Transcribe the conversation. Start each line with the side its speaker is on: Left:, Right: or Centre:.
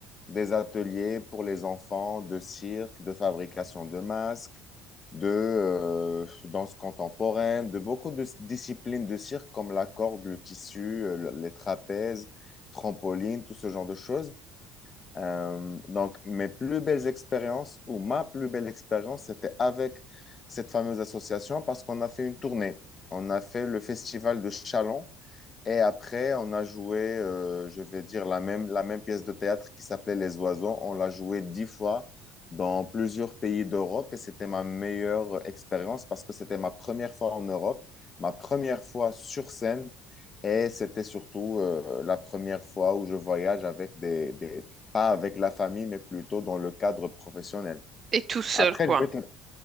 Left: des ateliers pour les enfants de cirque, de fabrication de masques, de euh, danse contemporaine, de beaucoup de s- disciplines de cirque comme la corde, le tissu, euh, le- les trapèzes, trampoline, tout ce genre de choses. Euh, donc, mes plus belles expériences ou ma plus belle expérience, c'était avec cette fameuse association parce qu'on a fait une tournée. On a fait le festival de Chalon et après, on a joué, euh, je vais dire, la même, la même pièce de théâtre qui s'appelait Les Oiseaux. On l'a joué dix fois dans plusieurs pays d'Europe et c'était ma meilleure expérience parce que c'était ma première fois en Europe, ma première fois sur scène et c'était surtout euh, la première fois où je voyage avec des, des, pas avec la famille, mais plutôt dans le cadre professionnel.
Right: Et tout seul,
Left: Après,
Right: quoi.
Left: je vais te